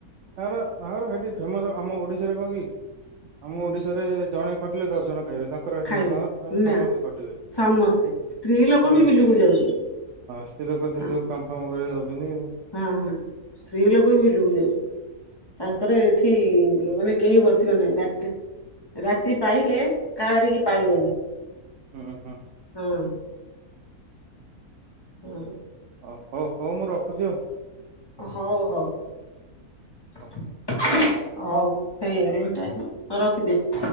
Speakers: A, on the right; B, on the left.
A: ଆ <unintelligible> ନ ନ ହେଡି ଫେମସ ଆମ ଓଡିଶାରେ କଣ କି ଆମ
B: ହୁଁ
A: ଓଡିଶାରେ ଜଣେ ଖଟିଲେ ଦଶ ଜଣ ଖାଇବେ ତାଙ୍କ ତାଙ୍କର ସେଠି
B: ଖାଇବେ
A: ନା ତାଙ୍କର ସେଠି
B: ନା
A: ସମସ୍ତେ ଖଟିବେ
B: ସମସ୍ତେ ସ୍ତ୍ରୀ ଲୋକ
A: ହଁ
B: ବି ବିଲକୁ ଯାଉଛନ୍ତି।
A: ସ୍ତ୍ରୀ ଲୋକ ସେ
B: ହଁ
A: ସବୁ କାମ ଫାମ କରିବା ଯାଉଛନ୍ତି।
B: ହଁ ହଁ ସ୍ତ୍ରୀ ଲୋକ ବି ବିଲୁକୁ ଯାଉଛନ୍ତି। ତାଙ୍କର ଏଠି। ଠି ମାନେ କେହି ବସିବ ନାହିଁ ରାତି ରାତି ପାଇଲେ କାହାରି କିି ପାଇବନି।
A: ହୁଁ ହୁଁ।
B: ହଁ ହଁ।
A: ଓ ହଉ ହଉ ମୁଁ ରଖୁଛି ଆଉ।
B: ହଉ ହଉ।
A: ଆଉ।
B: ହଉ ହେଇଗଲାଣି ଟାଇମ୍ ହଉ ରଖିଦିଅ।